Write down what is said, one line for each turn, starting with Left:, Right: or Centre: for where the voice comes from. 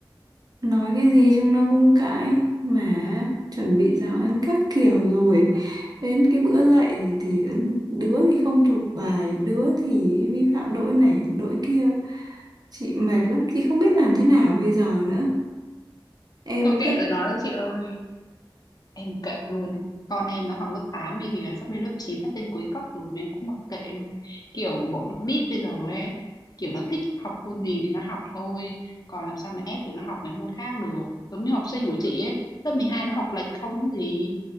Right: nói cái gì chúng nó cũng cãi mà chuẩn bị giáo án các kiểu rồi đến cái bữa dậy thì đứa thì không thuộc bài đứa thì vi phạm lỗi này lỗi kia chị mệt lắm chị không biết làm thế nào bây giờ nữa em
Left: thôi
Right: có
Left: kệ
Right: cách
Left: rồi nói đấy chị ơi em kệ luôn ấy. con em nó học lớp 8 ấy giờ sắp lên lớp chín sắp lên cuối cấp rồi mà em cũng mặc kệ luôn kiểu bọn con nít bây giờ ấy kiểu nó thích học môn gì thì nó học thôi còn làm sao mà ép tụi nó học mấy môn khác được giống như học sinh của chị ấy lớp 12 nó học lệch không có gì